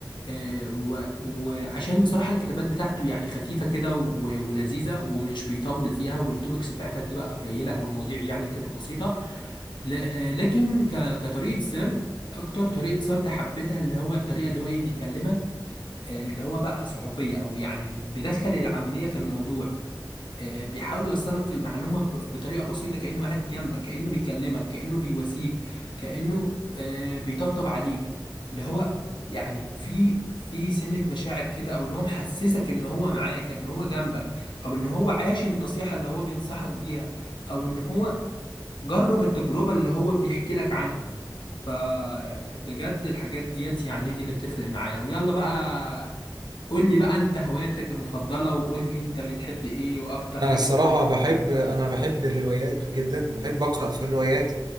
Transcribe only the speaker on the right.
انا
الصراحة
بحب انا بحب الروايات جدا بحب أقرأ في الروايات